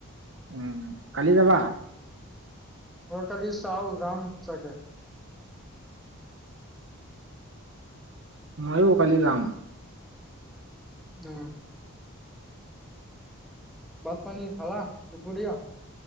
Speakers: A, on the right; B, in the centre.
A: উম, কালি যাবা?
B: অ', কালি চাওঁ যাম চাগে!
A: ময়ো কালি যাম।
B: অ'হ। ভাত-পানী খালা দুপৰীয়া?